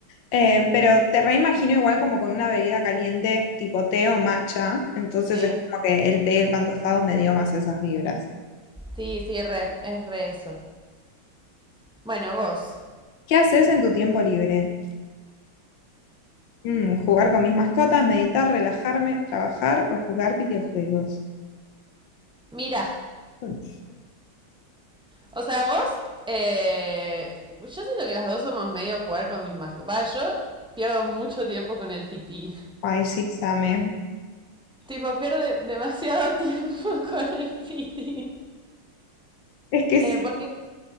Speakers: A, on the left; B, in the centre.
A: Em, pero te reimagino igual como con una bebida caliente tipo té o matcha, entonces
B: Sí,
A: es como que el té y el pan tostado me dio más esas vibras.
B: sí, sí, re, es re eso. Bueno, vos.
A: ¿Qué haces en tu tiempo libre? Mm, jugar con mis mascotas, meditar, relajarme, trabajar o jugar videojuegos.
B: Mira,
A: Mm.
B: o sea, vos, eh, yo siento que las dos somos medio jugar con mis mascotas. Va, yo pierdo mucho tiempo con el pití.
A: Ay, sí, Same.
B: Tipo, pierde demasiado <laughs> tiempo con el piti.
A: Es que
B: Eh,
A: s-
B: porque